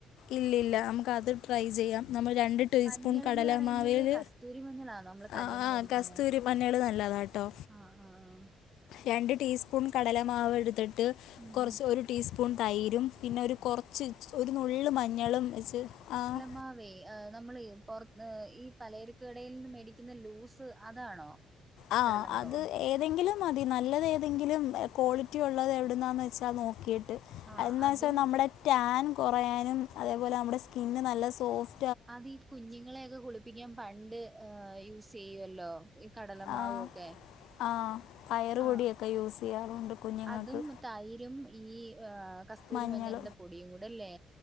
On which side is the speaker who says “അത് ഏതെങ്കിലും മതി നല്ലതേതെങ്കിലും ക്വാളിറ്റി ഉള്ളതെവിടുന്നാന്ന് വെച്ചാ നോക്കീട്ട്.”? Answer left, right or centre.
Left